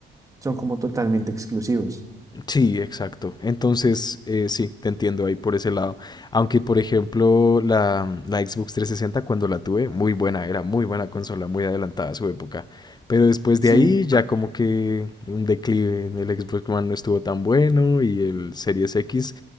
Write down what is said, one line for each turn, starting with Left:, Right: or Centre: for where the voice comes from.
Right: son como totalmente exclusivos.
Left: Sí, exacto. Entonces, eh, sí, te entiendo ahí por ese lado. Aunque, por ejemplo, la, la Xbox trescientos sesenta cuando la tuve, muy buena, era muy buena consola, muy adelantada a su época. Pero después
Right: Sí,
Left: de ahí ya como que un declive, el Xbox One no estuvo tan bueno y el Series X,